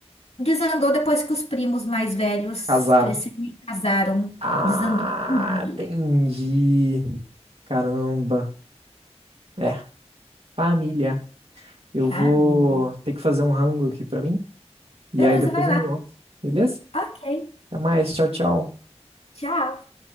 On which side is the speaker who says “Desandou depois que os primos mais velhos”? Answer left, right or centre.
Left